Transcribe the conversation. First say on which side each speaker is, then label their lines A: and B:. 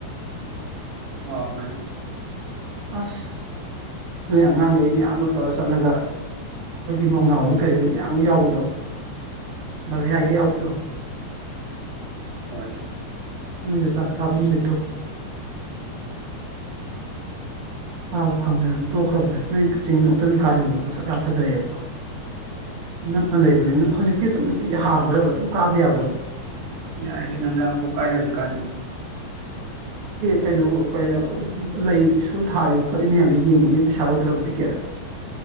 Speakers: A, on the right; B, on the right.
A: ꯀꯧꯒ꯭ꯔꯦ
B: ꯑꯁ ꯅꯣꯏ ꯑꯉꯥꯡꯈꯩ ꯃꯌꯥꯝꯒ ꯇꯧꯔ ꯆꯠꯂꯒ ꯑꯩꯈꯣꯏꯒꯤ ꯃꯧꯅꯥꯎ ꯍꯣꯏ ꯀꯔꯤ ꯃꯌꯥꯝ ꯑꯃ ꯌꯥꯎꯕꯗꯣ ꯚꯕꯌꯥꯏꯒ ꯌꯥꯎꯕꯗꯣ
A: ꯑꯣꯏ
B: ꯅꯣꯏꯗ ꯆꯥꯛꯆꯕ ꯅꯨꯃꯤꯠꯇꯣ ꯀꯥꯕ ꯐꯪꯗ꯭ꯔꯅ ꯇꯣꯛꯈ꯭ꯔꯕꯅꯤ ꯅꯣꯏ ꯆꯤꯡꯗꯣ ꯑꯃꯨꯛꯇꯅ ꯀꯥꯅꯤꯡꯕ ꯃꯁꯛ ꯌꯥꯝ ꯐꯖꯩꯌꯦꯕ ꯅꯛꯅ ꯂꯩꯕꯅꯤ ꯅꯣꯏ ꯍꯧꯖꯤꯛꯇꯤ ꯑꯗꯨꯝꯤ ꯍꯥꯡꯈ꯭ꯔꯕ ꯑꯗꯨꯝ ꯀꯥꯕ ꯌꯥꯕ꯭ꯔꯕ
A: ꯌꯥꯏꯗ ꯅꯨꯪꯗꯕꯨ ꯀꯥꯏꯅꯁꯨ ꯀꯥꯏꯅꯗꯦ
B: ꯀꯩꯅꯣꯒꯣ ꯀꯩꯌ ꯀꯣ ꯂꯩ ꯁꯨ ꯊꯥꯔꯤꯕ ꯈꯣꯠꯂꯤꯕ ꯃꯌꯥꯝꯗꯣ ꯌꯦꯡꯕꯒꯤ ꯄꯩꯁꯥ ꯂꯧꯗ꯭ꯔꯕ ꯇꯤꯀꯦꯠ